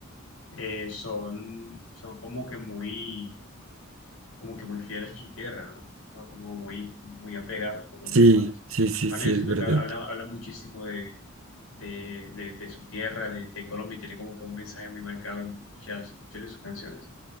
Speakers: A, on the left; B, on the right.
A: eh, son, son como que muy, como que muy fieles a su tierra, ¿no? O Como muy, muy apegados, por lo menos
B: Sí,
A: Juanes.
B: sí, sí,
A: Juanes,
B: sí,
A: yo
B: es
A: siento
B: verdad.
A: que habla, habla muchísimo de, de, de, de su tierra, de, de Colombia, y tiene como que un mensaje muy marcado en muchas, muchas de sus canciones.